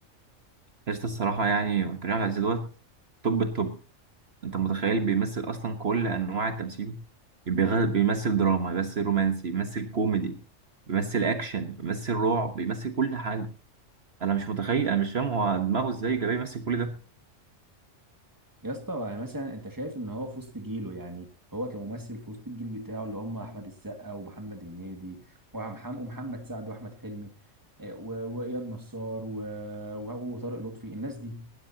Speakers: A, on the right; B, on the right.
A: قشطة الصراحة يعني كريم عبد العزيز دوت توب التوب أنت متخيل بيمثل أصلا كل أنواع التمثيل بيغ- بيمثل دراما بيمثل رومانسي بيمثل كوميدي بيمثل أكشن بيمثل رعب بيمثل كل حاجة أنا مش متخيل أنا مش فاهم هو دماغه إزاي جاي يمثل كل ده
B: يا اسطى يعني مثلا انت شايف ان هو في وسط جيله يعني هو كممثل في وسط الجيل بتاعه اللي هم احمد السقا ومحمد هنيدي ومحمد ومحمد سعد واحمد حلمي آه، و- واياد نصار و- وهو وطارق لطفي الناس دي